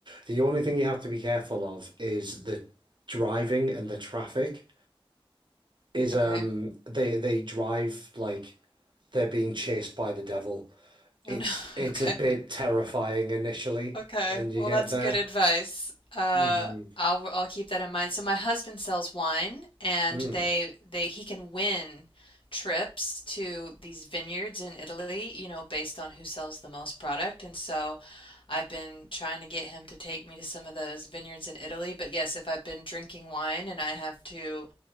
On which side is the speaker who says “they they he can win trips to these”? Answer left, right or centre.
Left